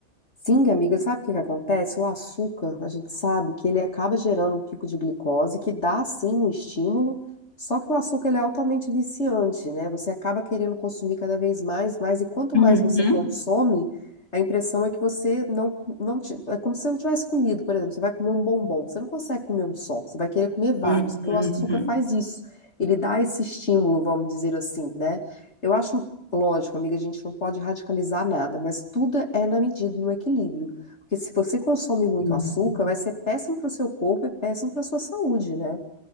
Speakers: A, on the left; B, on the left.
A: Sim, amiga, sabe o que que acontece? O açúcar, a gente sabe que ele acaba gerando um pico de glicose, que dá sim um estímulo, só que o açúcar ele é altamente viciante, né? Você acaba querendo consumir cada vez mais, mais, e quanto
B: Uhum,
A: mais você consome, a impressão é que você não, não, ti- é como se você não tivesse comido, por exemplo, você vai comer um bombom, você não consegue comer um só, você vai querer comer vários,
B: uhum,
A: porque
B: uhum,
A: o açúcar faz isso, ele dá esse estímulo, vamos dizer assim, né? Eu acho Lógico, amiga, a gente não pode radicalizar nada, mas tudo é na medida, no equilíbrio. Porque se você consome muito
B: uhum.
A: açúcar, vai ser péssimo para o seu corpo e péssimo para a sua saúde, né?